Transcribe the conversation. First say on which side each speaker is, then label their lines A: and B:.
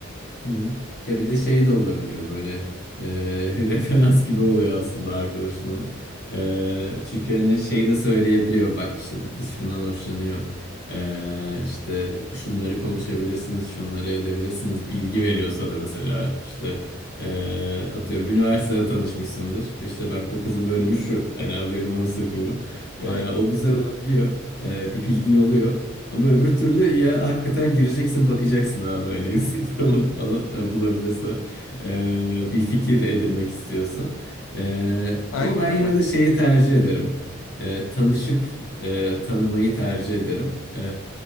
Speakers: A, on the left; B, on the left.
A: Hı hı. Ya bir de şey de olabiliyor böyle e, <laughs> referans gibi oluyor aslında arkadaşın ona. E, çünkü hani şey de söyleyebiliyor bak işte bu kız şundan hoşlanıyor. E, işte şunları konuşabilirsiniz, şunları edebilirsiniz. Bilgi veriyor sana mesela işte e, atıyorum üniversitede tanışmışsındır. İşte bak bu kızın bölümü şu hani haberin olsun gibi. E,
B: Aynen.
A: o güzel olabiliyor. E, bir bilgin oluyor. Ama öbür türlü ya hakikaten gireceksin bakacaksın abi hani <laughs> Instagram'ı falan e, bulabilirsen e, bir fikir edinmek istiyorsan. E,
B: Aynen
A: ama ben
B: öyle.
A: yine de şeyi tercih ederim. E, tanışıp e, tanımayı tercih ederim. E,